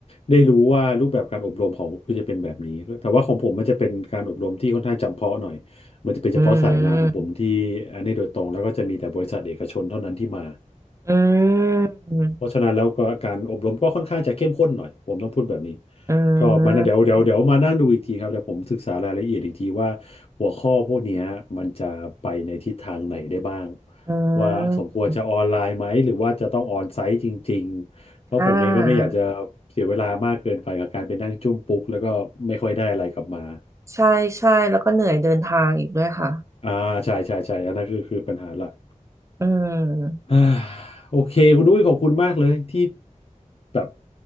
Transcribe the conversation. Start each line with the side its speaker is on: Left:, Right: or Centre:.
Left: ได้รู้ว่ารูปแบบการอบรมของคุณจะเป็นแบบนี้แต่ว่าของผมมันจะเป็นการอบรมที่ค่อนข้างจำเพาะหน่อยมันจะเป็นเฉพาะสายงานของผมที่อันนี้โดยตรงแล้วก็จะมีแต่บริษัทเอกชนเท่านั้นที่มา
Right: อืมอืม
Left: เพราะฉะนั้นแล้วก็การอบรมก็ค่อนข้างจะเข้มข้นหน่อยผมต้องพูดแบบนี้
Right: อื
Left: ก็มานะเดี๋ยวเดี๋ยวเดี๋ยวมานั่งดูอีกทีครับเดี๋ยวผมศึกษารายละเอียดอีกทีว่า
Right: ม
Left: หัวข้อพวกเนี้ยมันจะไปในทิศทางไหนได้บ้าง
Right: อื
Left: ว่าสมควรจะออนไลน์ไหมหรือว่าจะต้องออนไซต์จริงๆเพราะผมเองก็ไม่อยากจะ
Right: มอ่า
Left: เสียเวลามากเกินไปกับการไปนั่งจุ้มปุ๊กแล้วก็ไม่ค่อยได้อะไรกลับมา
Right: ใช่ใช่แล้วก็เหนื่อยเดินทางอีกด้วยค่ะ
Left: อ่าใช่ใช่ใช่อันนั้นคือคือปัญหาหลัก
Right: อืม
Left: <sighs> อ่าโอเคคุณอุ้ยขอบคุณมากเลยที่ แบบ